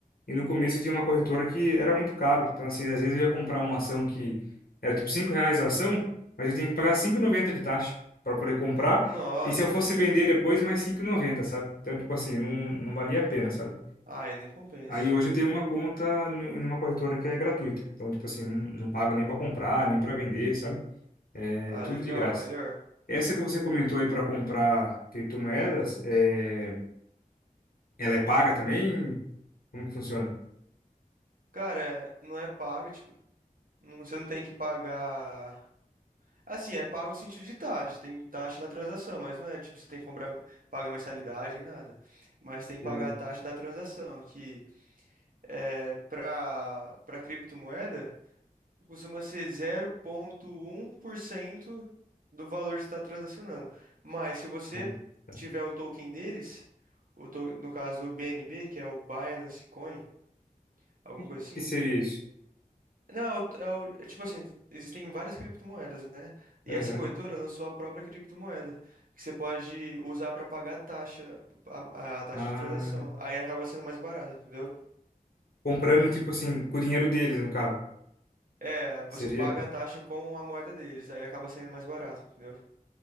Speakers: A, on the left; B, on the right.
A: E no começo eu tinha uma corretora que era muito caro. Então, assim, às vezes eu ia comprar uma ação que era tipo 5 reais a ação, mas eu tinha que pagar cinco e noventa de taxa para poder comprar.
B: Nossa,
A: E se eu fosse
B: aí,
A: vender depois, mais cinco e noventa sabe? Então, tipo assim, não, não valia a pena, sabe?
B: aí nem compensa.
A: Aí hoje eu tenho uma conta nu- numa corretora que é gratuita. Então, tipo assim, não, não pago nem para comprar, nem para vender, sabe? É
B: Ah,
A: tudo
B: legal,
A: de graça.
B: melhor.
A: Essa que você comentou aí para comprar criptomoedas, é, ela é paga também? Como que funciona?
B: Cara, é- não é paga, tipo Não- Você não tem que pagar. Assim, é pago no sentido de taxa. Tem taxa na transação, mas não é tipo você tem que comprar, pagar mensalidade nem nada. Mas tem que pagar
A: É,
B: a taxa da transação, que é para para criptomoeda costuma ser zero vírgula um por cento do valor que você está transacionando. Mas se você
A: ah, tá.
B: tiver o token deles, o to- no caso o BNB, que é o Binance Coin, alguma
A: Que
B: coisa assim.
A: que seria isso?
B: Não, é o- é tipo assim, existem várias criptomoedas, né? E
A: Aham.
B: essa corretora lançou a própria criptomoeda, que você pode usar para pagar a taxa, a, a- a taxa
A: Ah,
B: de transação. Aí acaba sendo mais barato, entendeu?
A: comprando, tipo assim, com o dinheiro deles, no caso.
B: É, você
A: Seria.
B: paga a taxa com a moeda deles, aí acaba sendo mais barato, entendeu?